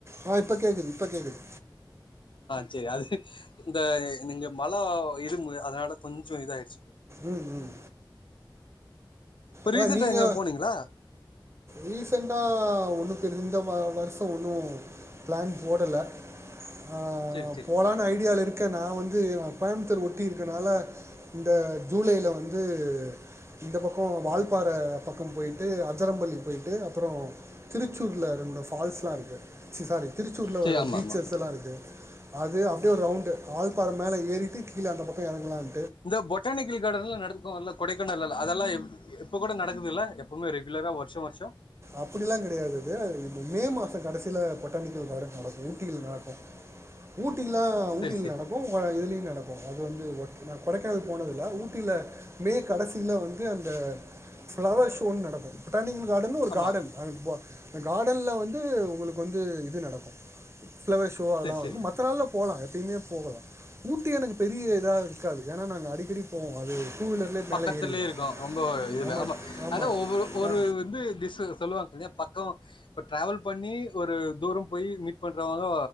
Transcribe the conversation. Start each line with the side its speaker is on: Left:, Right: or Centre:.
Right: ஆ இப்ப கேக்குது இப்ப கேக்குது
Left: சேரி அது இந்த நிங்க மழ இருமு அதனால கொஞ்சோ இதாயிருச்சு
Right: ம் ம்
Left: இப்போ
Right: அத
Left: ரீசெண்டாக
Right: நீங்க
Left: எங்கே போனீங்களா
Right: ரீசண்டா ஒன்னு தெர் இந்த வ வர்ஷோ ஒன்னு பிளான் போடல அ
Left: சரி சரி
Right: போலான் ஐடியால இரு க்க நா வந்து அ கோயம்முத்தூர் ஒட்டி இருக்கனால இந்த ஜூலையில வந்து இந்த பக்கோ வால்பாற பக்கம் போயி ட்டு அதரம்பல்லி போயிட்டு அப்றோ திருச்சூர்ல ரெண் மூனு ஃபால்ஸ்லா இருக்கு சி சாரி திருச்சூர்ல
Left: சரி
Right: வர
Left: ஆமா
Right: பீச்சஸ்
Left: ஆமா
Right: எல்லா இருக்கு அது அப்டே ஒ ரவுண்டு ஆல் ப்ப அத மேல ஏறிட்டு கீழ அந்த பக்கொ எறங்கலான்
Left: இந்த பொட்டானிக்கல் காடன் எல்லா நடக்கு இல்ல கொடைக்கானல் எல்ல அதல்லா எ இப்ப கூட நடக்குது இல்ல எப்புமே ரெகுலரா வர்ஷோ வர்ஷோ
Right: அப்பிடி எல்லா கெடையாது அது அது ம மே மாச கடைசில பொட்டானிக்கல் காடன் நடக்கு ஊட்டியில் நடக்கு ஊ ட்டியிலா
Left: சரி
Right: ஊட்டியில்
Left: சரி
Right: நடக்கு வ இதுலியு நடக்கு அது வந்து <unintelligible> கொடைக்கானல் போனதில்ல ஊ ட்டில மே கடைசில வந்து அந்த ஃபிளவர் ஷோன் நடக்கு பொட்டானிக்கல் காடனு
Left: ஆமா
Right: காடன் அங்குட் பா காடன்ல வந்து உங்குளுக்கு வந்து இது நடக்கு ஃபிளவர் ஷோ அதல்லா
Left: சரி சரி
Right: வரு மத்த நாள்ல போலா எப்பிமே போகலா ஊட்டி எனக்கு பெரிய இதா இருக்காது ஏனா நாங்க அடிக்கடி போவோ அது டூ வீலர்லேயே மேலே
Left: பக்கத்துல்யே
Right: ஏறிடுவோம்
Left: இருக்கு ரொம்ப இதுல
Right: ஆமாம்
Left: ஆமா
Right: ஆமாம்
Left: அத ஒவ்வொரு ஒரு
Right: ஆ
Left: வந்து திசு சொல்லுவாங் தில்லியா பக்கோ இப்ப டிராவல் பண்ணி ஒரு தூரம் போய் மீட் பண்றாவங்க